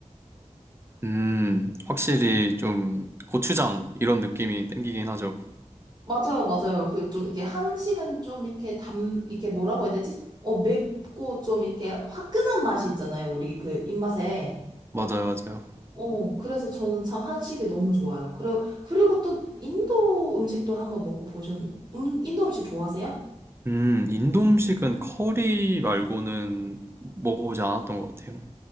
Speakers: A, on the right; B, on the right.
A: 음, 확실히 좀 고추장 이런 느낌이 땡기긴 하죠.
B: 맞아요, 맞아요. 그 좀 이게 한식은 좀 이렇게 담, 이렇게 뭐라고 해야 되지? 어, 맵고 좀 이렇게 화끈한 맛이 있잖아요. 우리 그 입맛에.
A: 맞아요, 맞아요.
B: 어, 그래서 저는 참 한식이 너무 좋아요. 그리고, 그리고 또 인도 음식도 한번 먹어보셨, 음, 인도 음식 좋아하세요?
A: 음, 인도 음식은 커리 말고는 먹어보지 않았던 것 같아요.